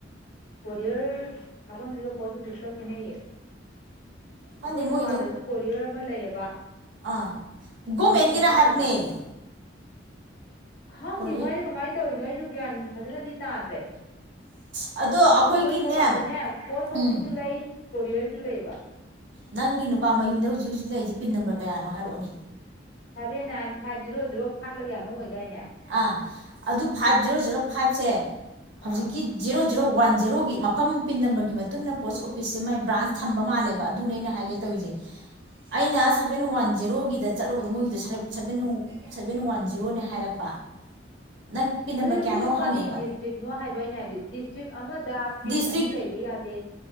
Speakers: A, on the left; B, on the right.
A: ꯀꯣꯔꯤꯌꯔ ꯊꯕꯐꯝꯁꯤꯒꯣ ꯄꯣꯁ ꯄꯁ ꯈꯦꯅꯦꯌꯦ
B: ꯈꯪꯗꯦ
A: ꯑꯩꯈꯣꯏ
B: ꯃꯣꯏꯗꯣ
A: ꯊꯧꯕꯥꯜꯗꯁꯨ ꯀꯣꯔꯤꯌꯔ ꯑꯃ ꯂꯩꯌꯦꯕ
B: ꯑꯥ ꯒꯣꯔꯃꯦꯟꯒꯤꯔ
A: ꯄꯣꯁ ꯑꯣꯐꯤꯁ
B: ꯍꯥꯏꯕꯅꯦ
A: ꯅꯠꯇꯕ ꯍꯪꯗꯤ
B: ꯀꯣꯔꯤꯌꯔ
A: ꯃꯣꯏꯁꯦ ꯀꯃꯥꯏꯅ ꯇꯧꯔꯤꯅꯣ ꯑꯩꯁꯨ ꯒ꯭ꯌꯥꯟ ꯐꯖꯅꯗꯤ <unintelligible>
B: ꯑꯗꯣ ꯑꯩꯈꯣꯏꯒꯤꯅꯦ ꯎꯝ
A: ꯂꯥꯏ ꯄꯔꯤꯋꯔ ꯖꯂꯥꯏꯕ
B: ꯅꯪꯒꯤ ꯅꯨꯄꯥ ꯃꯌꯨꯝꯗ ꯍꯧꯖꯤꯛ ꯍꯧꯖꯤꯛ ꯂꯩꯔꯤꯁꯦ ꯄꯤꯟ ꯅꯝꯕꯔ ꯀꯌꯥꯅꯣ ꯍꯥꯏꯔꯛꯑꯣꯅꯤ
A: seven nine five zero zero ꯐꯥꯠꯂꯒ ꯌꯥꯅꯨ ꯑꯣꯏꯗꯥꯏꯅꯦ
B: ꯑꯥ ꯑꯗꯨ ꯐꯥꯏꯚ ꯖꯦꯔꯣ ꯖꯦꯔꯣ ꯐꯥꯏꯚꯁꯦ ꯍꯧꯖꯤꯛꯀꯤ
A: ꯑꯥ
B: ꯖꯦꯔꯣ ꯖꯦꯔꯣ ꯋꯥꯟ ꯖꯦꯔꯣꯒꯤ ꯃꯐꯝ ꯄꯤꯟ ꯅꯝꯕꯔꯒꯤ ꯃꯇꯨꯡ ꯏꯟꯅ ꯄꯣꯁ ꯑꯣꯐꯤꯁꯁꯦ ꯃꯥꯏ ꯕ꯭ꯔꯥꯟꯁ ꯊꯝꯕ ꯃꯥꯜꯂꯦꯕ ꯑꯗꯨꯅꯦ ꯑꯩꯅ ꯍꯥꯏꯒꯦ ꯇꯧꯔꯤꯁꯦ ꯑꯩꯅ ꯁꯚꯦꯟ ꯋꯥꯟ ꯖꯦꯔꯣꯒꯤꯗ ꯆꯠꯂꯨꯕꯗ ꯃꯣꯏꯒꯤꯗ ꯁꯚꯦꯟ ꯁꯚꯦꯟ ꯋꯥꯟ ꯖꯤꯔꯣꯅꯦ ꯍꯥꯏꯔꯛꯄ ꯅꯪ ꯄꯤꯟ ꯅꯝꯕꯔ
A: ꯑꯗꯨꯗꯤ
B: ꯀꯌꯥꯅꯣ
A: ꯃꯣꯏꯗꯨ ꯀꯔꯤ
B: ꯍꯪꯉꯛꯑꯦꯕ
A: ꯗꯤꯁꯇ꯭ꯔꯤꯛꯅꯣ ꯍꯥꯏꯕꯒꯤꯩꯅ ꯍꯥꯏꯕꯗꯤ ꯗꯤꯁꯇ꯭ꯔꯤꯛ ꯑꯃꯗ ꯄꯤꯟ
B: ꯗꯤꯁꯇ꯭ꯔꯤꯛ
A: ꯑꯅꯤ ꯂꯩꯕ ꯌꯥꯗꯦ